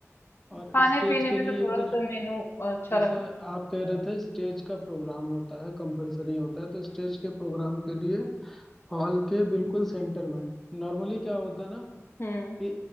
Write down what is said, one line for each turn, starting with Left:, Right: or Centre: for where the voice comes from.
Centre: और
Left: खाने
Centre: स्टेज
Left: पीने
Centre: के
Left: में
Centre: लिए
Left: तो थोड़ा
Centre: फिर
Left: सा मेनू अच्छा
Centre: जैसे
Left: रखना
Centre: आप कह रहे थे स्टेज का प्रोग्राम होता है कंपलसरी होता है तो स्टेज के प्रोग्राम के लिए हॉल के बिल्कुल सेंटर में नॉर्मली क्या होता है ना
Left: हम्म
Centre: कि